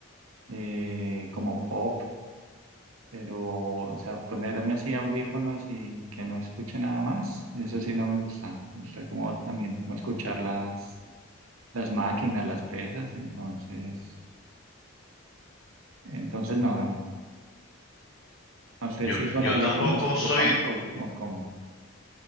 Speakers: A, on the right; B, on the left.
A: eh, como pop, pero, o sea, ponerme así audífonos y que no escuche nada más, eso sí no me gusta, me gusta como también como escuchar las, las máquinas, las pesas, entonces, entonces no, no. ¿A usted
B: Yo,
A: sí con
B: yo
A: audífonos
B: tampoco
A: flotando
B: soy
A: o, o cómo?